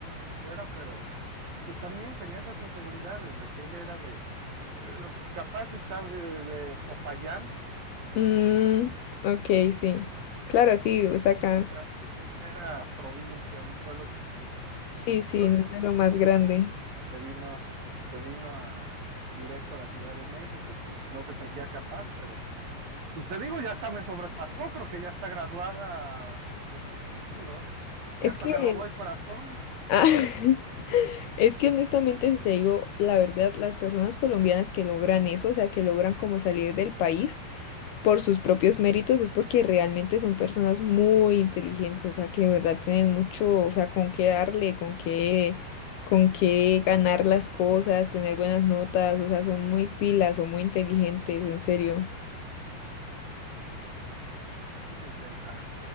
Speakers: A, on the right; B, on the left.
A: fuera, pero pues también tenía esas inseguridades de que ella era de, de- capaz si sabe de Popayán,
B: Mm, ok, sí. Claro, sí, o sea, acá.
A: o sea, pues era provincia, un pueblo chiquito
B: Sí, sí, no
A: y
B: es de lo más
A: pues
B: grande.
A: se vino, se vino a directo a la Ciudad de México y pues no se sentía capaz, pero pues te digo, ya hasta me sobrepasó, creo que ya está graduada de su título,
B: Es
A: ya hasta
B: que,
A: me robó el corazón,
B: ah, <laughs> Es que honestamente, si te digo la verdad, las personas colombianas que logran eso, o sea, que logran como salir del país por sus propios méritos, es porque realmente son personas muy inteligentes, o sea, que de verdad tienen mucho, o sea, con qué darle, con qué, con qué ganar las cosas, tener buenas notas, o sea, son muy pilas, son muy inteligentes, en serio.
A: pues inténtalo,